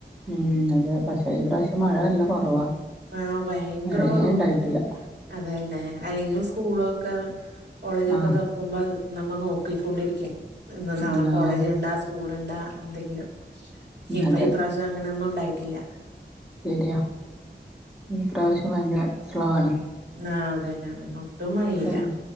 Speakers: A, in the centre; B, on the right (about 65°).
A: മ്ഹ് അതെ പക്ഷെ ഈ പ്രാവശ്യം മഴ നല്ല കുറവാ.
B: ആഹ് ഭയങ്കര
A: മഴയേ
B: കുറവു
A: ഉണ്ടായിട്ടില്ല
B: അതല്ലെ അല്ലെങ്കിൽ സ്കൂളൊ ക്ക കോളേജൊക്കെ
A: ആഹ്
B: തൊർക്കുമ്പോ നമ്മൾ നോക്കിക്കൊണ്ടിരിക്കും ഇന്ന് നാളെ
A: ഉം
B: കോളേജ് ഇണ്ടാ സ്കൂള ഇണ്ടാ എന്തെങ്കിലും ഇപ്പൊ
A: അതെ
B: ഈ പ്രാവശ്യം അങ്ങനൊന്നും ഉണ്ടായിട്ടില്ല
A: ശരിയാ ഇപ്രാവശ്യം ഭയങ്കര സ്ലോ ആണ്.
B: ആ അതന്നെ ആണ് ഒട്ടും മഴയില്ല.
A: എൻ